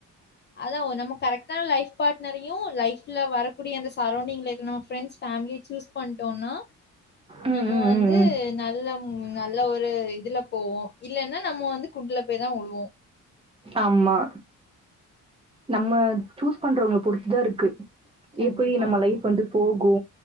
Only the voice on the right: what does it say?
ம்
ம்
ம் ம்.
ஆமா நம்ம சூஸ் பண்றவங்கள பொருத்துதா ருக்கு
எப்டி நம்ம
லைஃப் வந்து போகு